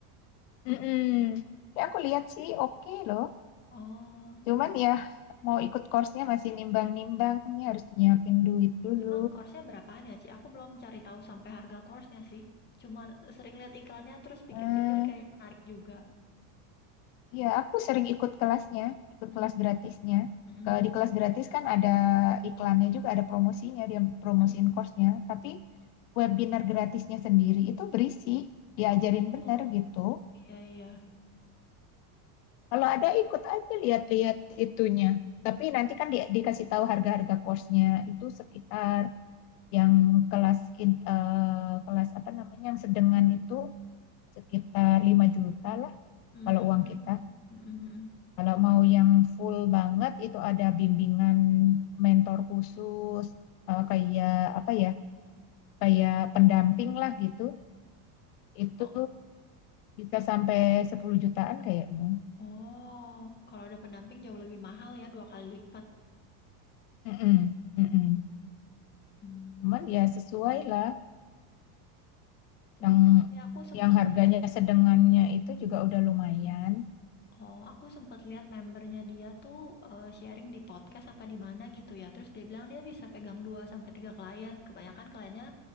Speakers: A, on the left; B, on the left.
A: Mm-mm. Tapi aku lihat sih oke loh.
B: Oh,
A: Cuman ya mau ikut course-nya masih nimbang-nimbang nih harus nyiapin duit dulu.
B: emang course-nya berapaan ya, Ci? Aku belum cari tahu sampai harga course-nya sih. Cuma sering lihat iklannya terus pikir-pikir
A: Hmm,
B: kayaknya menarik juga.
A: Ya, aku sering ikut kelasnya, ikut
B: Mm.
A: kelas gratisnya.
B: Mm-mm.
A: Ke, di kelas gratis kan ada iklannya juga, ada promosinya, dia promosiin
B: Mm.
A: course-nya. Tapi webinar gratisnya sendiri itu berisi, diajarin
B: Oh,
A: bener gitu.
B: iya iya.
A: Kalau ada ikut aja lihat-lihat itunya. Tapi nanti kan dia, dikasih tahu harga-harga course-nya itu sekitar yang kelas in, eh, kelas apa namanya yang sedengan itu sekitar 5 juta lah
B: Mm.
A: kalau uang kita.
B: Mm-mm.
A: Kalau mau yang full banget itu ada bimbingan mentor khusus eh, kayak apa ya? Kayak pendamping lah gitu. Itu
B: Oh,
A: bisa sampai 10 jutaan kayaknya.
B: oh, kalau ada pendamping jauh lebih mahal ya, dua kali lipat.
A: Mm-mm, mm-mm.
B: Mm.
A: Cuman ya sesuai lah
B: Sebenarnya
A: yang
B: sih aku sempat
A: yang harganya
B: lihat.
A: sedengannya itu juga udah lumayan.
B: Oh, aku sempat lihat membernya dia tuh eh, sharing di podcast apa di mana gitu ya. Terus dia bilang dia bisa pegang 2 sampai 3 klien. Kebanyakan kliennya